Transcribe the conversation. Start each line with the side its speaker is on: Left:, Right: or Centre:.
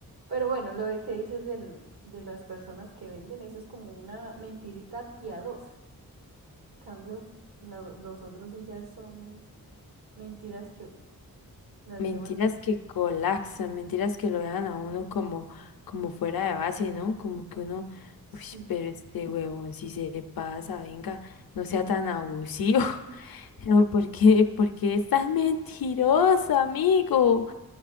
Right: Pero bueno, lo de que dices del, de las personas que venden, eso es como una mentirita piadosa. cambio, lo- los otros sí ya son mentiras que las
Left: Mentiras
Right: llevan,
Left: que colapsan, mentiras que lo dejan a uno como, como fuera de base, ¿no? Como que uno,
Right: sí,
Left: uy, pero este huevón, si se pasa, venga, no sea tan abusivo. <laughs> No, ¿Por qué, por qué es tan mentiroso, amigo?